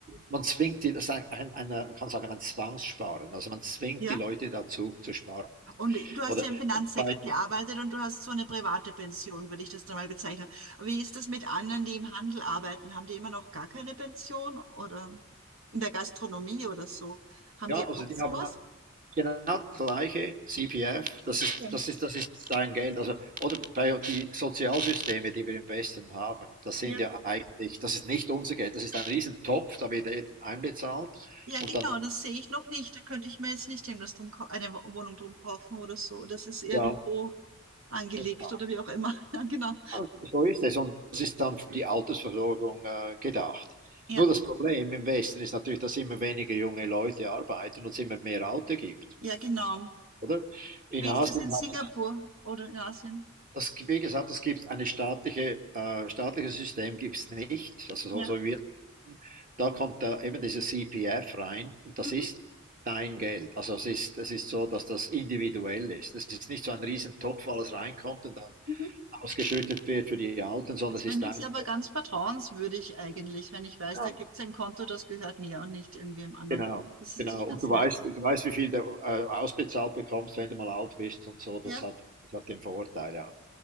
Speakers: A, on the right; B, on the right.
A: man zwingt die das ist ein ein einer man kann sagen, ein Zwangssparen. Also, man zwingt
B: Ja.
A: die Leute dazu zu sparen.
B: Und du hast
A: Oder
B: ja im Finanzsektor
A: bei
B: gearbeitet und du hast so eine private Pension, würde ich das dann mal bezeichnen. Wie ist das mit anderen, die im Handel arbeiten? Haben die immer noch gar keine Pension oder in der Gastronomie oder so? Haben
A: ja,
B: die
A: also,
B: auch
A: die
B: sowas?
A: haben auch genau das gleiche CPF, das ist
B: Ja.
A: das ist das ist dein Geld. Also oder bei die Sozialsysteme, die wir im Westen haben, das sind
B: Ja.
A: ja eigentlich das ist nicht unser Geld, das ist ein Riesentopf, da wird einbezahlt
B: Ja,
A: und
B: genau,
A: dann
B: das sehe ich noch nicht. Da könnte ich mir jetzt nicht irgendwas drum, kau- eine Wo- Wohnung drum kaufen oder so. Das ist irgendwo
A: ja.
B: angelegt
A: Genau,
B: oder wie auch immer. <laughs> Ja, genau.
A: ah, so ist es und es ist dann für die Altersversorgung äh, gedacht.
B: Ja,
A: Nur das Problem im Westen ist natürlich, dass immer weniger junge Leute arbeiten und es immer mehr Alte gibt,
B: ja, genau.
A: oder? In
B: Wie
A: Asien
B: ist das in Singapur
A: hat
B: oder in Asien?
A: das, wie gesagt, es gibt eine staatliche, äh, staatliches System gibt es nicht, also so,
B: Ja.
A: so wie wir sagen. Da kommt da eben dieses CPF rein und das
B: Mhm.
A: ist dein Geld. Also es ist, es ist so, dass das individuell ist. Es ist nicht so ein Riesentopf, wo alles reinkommt und dann
B: Mhm.
A: ausgeschüttet wird für die Alten, sondern
B: Das
A: es
B: finde
A: ist dein
B: ich aber ganz vertrauenswürdig eigentlich, wenn ich weiß,
A: Ja.
B: da gibt es ein Konto, das gehört mir und nicht irgendwem anderen.
A: Genau,
B: Das ist
A: genau.
B: nicht ganz
A: Und du
B: nett.
A: weißt, du weißt, wie viel du äh, ausbezahlt bekommst, wenn du mal alt bist und so. Das
B: Ja,
A: hat, das hat den Vorteil, ja.